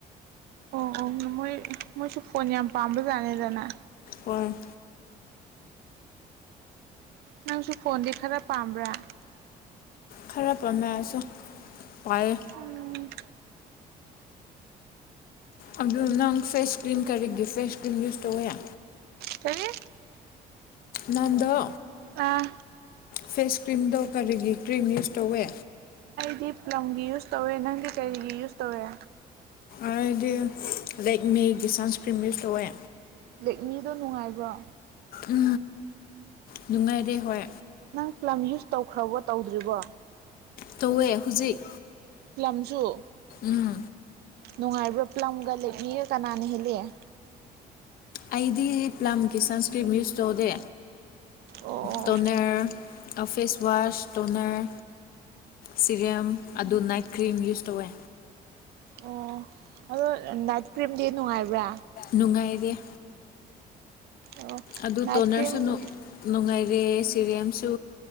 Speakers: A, on the right; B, on the left.
A: ꯑꯣ ꯑꯣ ꯃꯣꯏ ꯃꯣꯏꯁꯨ ꯐꯣꯟ ꯌꯥꯝ ꯄꯥꯝꯕꯖꯥꯅꯤꯗꯅ
B: ꯑꯣꯏꯟ
A: ꯅꯪꯁꯨ ꯐꯣꯟꯗꯤ ꯈꯔ ꯄꯥꯝꯕ꯭ꯔꯥ
B: ꯈꯔ ꯄꯥꯃꯦꯁ ꯄꯌꯦ
A: ꯎꯝ
B: ꯑꯕꯗꯨꯜ ꯅꯪ ꯐꯦꯁ ꯀ꯭ꯔꯤꯝ ꯀꯔꯤꯒꯤ ꯐꯦꯁ ꯀ꯭ꯔꯤꯝ ꯌꯨꯁ ꯇꯧꯋ ꯌꯥ
A: ꯀꯔꯤ
B: ꯅꯗꯣ
A: ꯋꯥ
B: ꯐꯦꯁ ꯀ꯭ꯔꯤꯝꯗꯣ ꯀꯔꯤꯒꯤ ꯀ꯭ꯔꯤꯝ ꯌꯨꯁ ꯇꯧꯋꯦ
A: ꯗꯤ ꯄ꯭ꯂꯝꯒꯤ ꯌꯨꯁ ꯇꯧꯋꯦ ꯅꯪꯗꯤ ꯀꯔꯤꯒꯤ ꯌꯨꯁ ꯇꯧꯋꯦ
B: ꯑꯗꯨꯗꯤ ꯂꯥꯏꯛ ꯃꯦꯒꯤ ꯁꯟꯁꯀ꯭ꯔꯤꯝ ꯇꯣꯛꯋꯦ
A: ꯂꯦꯛꯃꯤꯗꯣ ꯅꯨꯡꯉꯥꯏꯕ꯭ꯔꯣ
B: ꯎ ꯅꯨꯡꯉꯥꯏꯔꯦ ꯍꯣꯏ
A: ꯅꯪ ꯄ꯭ꯂꯝ ꯌꯨꯁ ꯇꯧꯈ꯭ꯔꯕꯣ ꯇꯧꯗ꯭ꯔꯤꯕꯣ
B: ꯇꯧꯋꯦ ꯍꯧꯖꯤꯛ
A: ꯄꯂꯝꯁꯨ
B: ꯎꯝ
A: ꯅꯨꯡꯉꯥꯏꯕ꯭ꯔꯥ ꯄꯂꯝꯒ ꯂꯦꯛꯅꯤꯒ ꯀꯅꯥꯅ ꯍꯦꯜꯂꯤꯑꯦ
B: ꯑꯩꯗꯤ ꯄ꯭ꯂꯝꯀꯤ ꯁꯁꯀ꯭ꯔꯤꯠ ꯅ꯭ꯌꯨꯁ ꯇ ꯑꯣꯗꯦ
A: ꯑꯣ
B: ꯇꯣꯅꯔ ꯐꯦꯁ ꯋꯥꯁ ꯇꯣꯅꯔ ꯁꯤꯔꯦꯝ ꯑꯗꯨ ꯅꯥꯏꯠ ꯀ꯭ꯔꯤꯝ ꯌꯨꯁ ꯇꯧꯋꯦ
A: ꯑꯣ ꯑꯗꯣ ꯅꯥꯏꯠ ꯀ꯭ꯔꯤꯝꯗꯤ ꯅꯨꯡꯉꯥꯏꯕ꯭ꯔꯥ
B: ꯂꯨꯒꯥꯥꯏꯔꯤꯦ
A: ꯑꯣ
B: ꯑꯗꯨ
A: ꯅꯥꯏꯠ
B: ꯇꯣꯟꯅꯔꯁꯨ
A: ꯀ꯭ꯔꯤꯝ
B: ꯅꯨꯡꯉꯥꯏ ꯔꯦ ꯁꯤꯔꯦꯝꯁꯨ